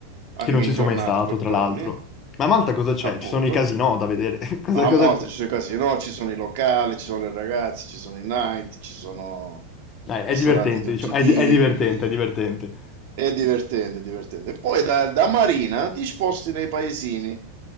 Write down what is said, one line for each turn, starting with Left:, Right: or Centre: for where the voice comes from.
Right: anche
Left: Che non ci
Right: in
Left: sono
Right: giornata,
Left: mai stato,
Right: poi
Left: tra
Right: torni,
Left: l'altro. Ma a Malta cosa c'è?
Right: appunto.
Left: Ci sono i casinò da vedere. <laughs> Cosa,
Right: Ma a
Left: cosa
Right: Malta
Left: c'è?
Right: ci sono i casinò, ci sono i locali, ci sono le ragazze, ci sono i night, ci sono
Left: Eh, è
Right: ristoranti
Left: divertente,
Right: di tutti
Left: diciamo,
Right: i
Left: è,
Right: tipi.
Left: di- è divertente, è divertente.
Right: È divertente, è divertente. Poi da, da Marina ti sposti nei paesini